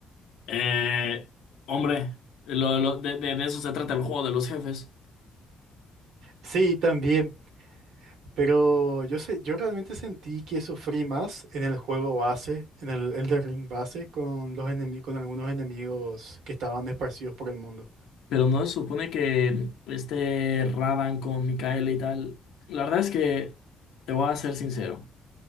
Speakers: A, on the left; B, on the right.
A: Eh, hombre, lo- lo- de, de- de eso se trata el juego de los jefes.
B: Sí, también, pero yo sé, yo realmente sentí que sufrí más en el juego base, en el Elden Ring base, con los enemi- con algunos enemigos que estaban esparcidos por el mundo.
A: Pero no se supone que este Radan con Micaela y tal. La verdad es que te voy a ser sincero.